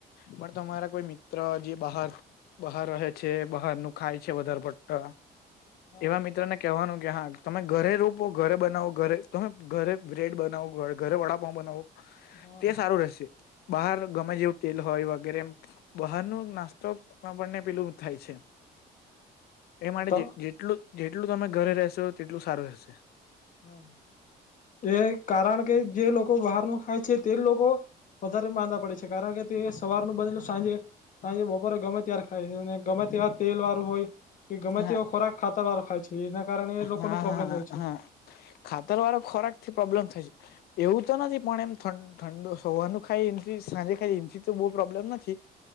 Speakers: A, on the left (about 70°); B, on the left (about 50°).
A: પણ તમારા કોઈ મિત્ર જે બહાર બહાર રહે છે બહાર નું ખાય છે વધારે પડતાં
B: હા
A: એવા મિત્રને કહેવાનું કે હા તમે ઘરે રોપો ઘરે બનાવો ઘરે તમે ઘરે બ્રેડ બનાવો ઘરે વડાપઉ બનાવો
B: હા
A: તે સારું રહેશે બહાર ગમે જેવું તેલ હોય વગેરે એમ બહારનું ના સ્તો આપણને પેલું થાય છે
B: હા
A: એ માટે
B: તો
A: જેટલું જેટલું તમે ઘરે રહેશો તેટલું સારું રહેશે. <inaudible>
B: હા એ કારણ કે જે લોકો બહારનું ખાય છે તે લોકો વધારે માંદા પડે છે કારણ કે તે સવારનું બનેલુ એ સાંજે સાંજે બપોરે ગમે ત્યારે ખાય છે અને ગમે ત્યારે તેલ વાળું હોય. કે ગમે
A: હા
B: તેવો ખોરાક ખાતર વાળો ખાય છે, એના કારણે લોકોને
A: હા
B: પ્રોબ્લેમ
A: હા
B: થાય છે.
A: હા ખાતર વાળો ખોરાક થી પ્રોબ્લેમ થાય છે એવું તો નથી પણ એમ ઠ ઠંડુ સવારનું ખાય એથી સાંજે ખાય એથી તો બહુ પ્રોબ્લેમ નથી